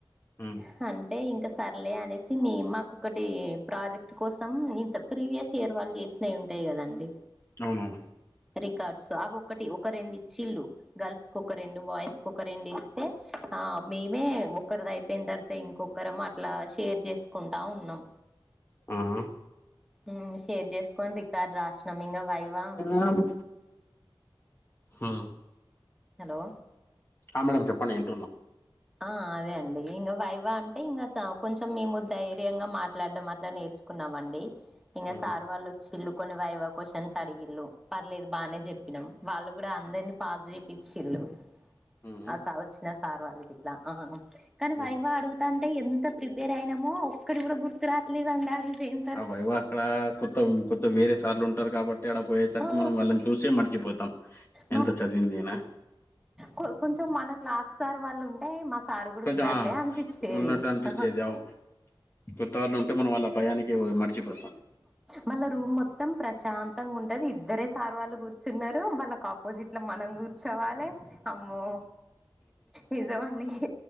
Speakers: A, on the left (about 25°); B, in the centre.
A: ఉం
B: హ అంటే ఇంకా సర్లే అనేసి మీ మాకు ఒక్కటి ప్రాజెక్ట్ కోసం ఇంత ప్రీవియస్ ఇయర్ వాళ్ళు చేసి ఉంటాయి కదా అండి
A: అవునవును
B: రికార్డ్స్ అవి ఒకటి ఒక రెండు ఇచ్చిళ్లు గర్ల్స్ ఒక రెండు బాయ్స్ కు ఒక రెండు ఇస్ తే ఆ మేమే ఒకరిది అయిపోయిన తర్వాత ఇంకొ గరం అట్లా షేర్ చేసుకుంటా ఉన్నం
A: ఊఉ
B: ఊ షేర్ చేసుకోని రికార్డ్ రాశ్నం ఇంగ వైవామ్
A: అమ్ హు
B: హలో
A: ఆ మేడం చెప్పండి ఇంటున్న
B: ఆ అదే అండి ఇంగ వైవా అంటే ఇంగ సా కొంచెం మేము ధైర్యంగా మాట్లాడ్డం అట్ల నేర్చ్ కున్నామండి ఇంగ
A: ఉమ్
B: సార్ వాళ్ళు చిల్లు కొని వైవా క్వశ్చన్స్ అడిగిల్ళు పర్లేదు బానే జెప్పినం వాళ్ళు గూడా అందర్ని పాస్ జేపిచ్చిల్లు
A: ఉమ్
B: ఆ సా వచ్చిన సార్ వాళ్ గిట్లా ఆ కానీ వైవా
A: ఉమ్
B: అడుగు త అంటే ఎంత ప్రిపేర్ అయినమో ఒక్కడి గుడా గుర్తు రాట్లేదు అందాడి ఏం
A: ఆ వైవా అక్కడా కొత్తం కొత్త వేరే సార్లు ఉంటారు కాబట్టి ఆడ పోయేసరికి
B: ఆ
A: మనం వాళ్ళన్ చూసే మర్చిపోతాం
B: మర్చి
A: ఎంత చదివిందీనా
B: కొ కొంచెం మన క్లాస్ సార్ వాళ్లు ఉంటే మస్ సారు గూడ
A: కొంచెం
B: ఉన్నారులే
A: ఆ
B: అనిపిచ్చేది
A: ఉన్నట్టు అనిపించేది
B: అహ
A: అవు కొత్త వాళ్ళు ఉంటే మనం వాళ్ళ భయానికీ మర్చిపోతాం
B: మళ్ళ రూమ్ మొత్తం ప్రశాంతంగ ఉంటది ఇద్దరే సార్ వాళ్ళు గూర్చున్నారు వాళ్ళకా పోజిట్ ల మనం గూర్చోవాలే అమ్మో నిజమండీ